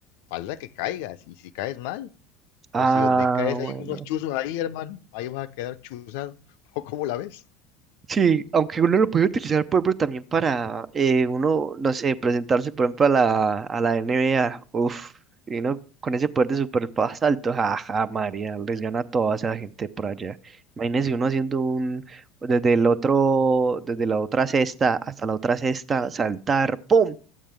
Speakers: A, on the left; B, on the right.
A: falta que caigas, y si caes mal,
B: Ah,
A: o si donde caes
B: bueno.
A: hay unos chuzos ahí, hermano, ahí vas a quedar chuzado, <laughs> o cómo la ves.
B: Sí, aunque uno lo puede utilizar, por ejemplo, también para eh, uno, no sé, presentarse, por ejemplo, a la, a la NBA. Uf, y uno con ese poder de super alto, jaja, María, les gana a toda esa gente por allá. Imagínense uno haciendo un, desde el otro, desde la otra cesta hasta la otra cesta, saltar, ¡pum!